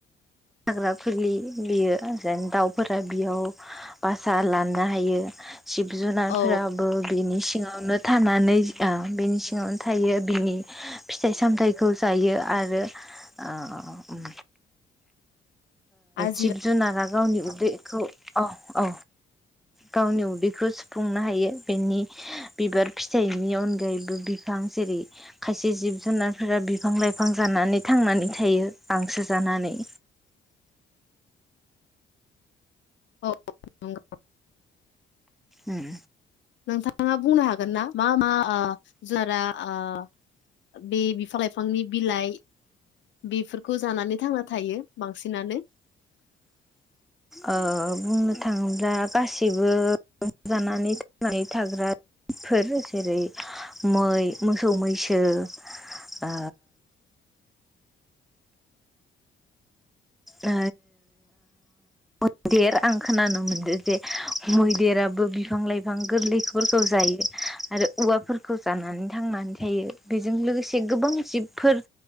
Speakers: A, in the centre; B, on the left.
A: हाग्रा फुलि बियो दाउफोरा बेयाव बासा लानो हायो। जिब जुनारफोराबो
B: औ
A: बिनि सिङाव नो थानानै बिनि सिङावनो थायो बिनि फिथाइ सामथाइखौ जायो आरो। ओ
B: आजिरा
A: जिब जुनारा गावनि उदैखौ औ औ गावनि उदैखौ सुफुंनो हायो बेनि बिबार फिथाइनि अनगायैबो बिफां बां जेरै खायसे जिब जुनारफोरा बिफां लाइफां जानानै थांनानै थायो गांसो जानानै
B: औ नंगौ
A: ओम
B: नोंथाङा बुंनो हागोन ना मा मा ओ जुनारा ओ बे बिफां लाइफांनि बिलाइ बेफोरखौ जानानै थांना थायो बांसिनानो
A: ओ बुंनो थाङोब्ला गासिबो जानानै थांनानै थाग्रा फोर जेरै मै मोसौ मैसो आ ओ मैदेर आं खोनानो मोनदों जे मैदेराबो बिफां लाइफां गोरलैफोरखौ जायो। आरो औवाफोरखौ जानानै थांनानै थायो बेजों लोगोसे गोबां जिब फोर